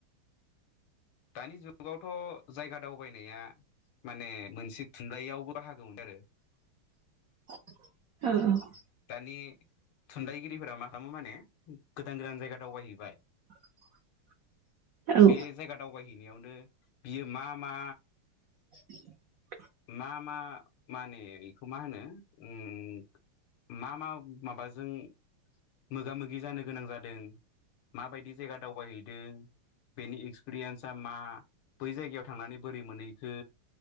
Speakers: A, on the left; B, on the right.
A: दानि जुगावथ' जायगा दावबायनाया माने मोनसे थुनलायाव बाहागो मोनदों आरो।
B: औ
A: नि थुनलाइगिरिफोरा मा खालामो माने गोदान गोदान जायगा दावबायहैबाय।
B: <inaudible> औ
A: बे जायगा दावबायहैनायावनो बियो मा मा?
B: <inaudible>
A: मा मा माने बेखौ मा होनो ओम? मा मा माबाजों मोगा मोगि जानो गोनां जादों। माबायदि जायगा दावबायहैदों। बेनि एक्सपिरियेनया मा बै जायगायाव थांनानै बोरै मोनहैखो?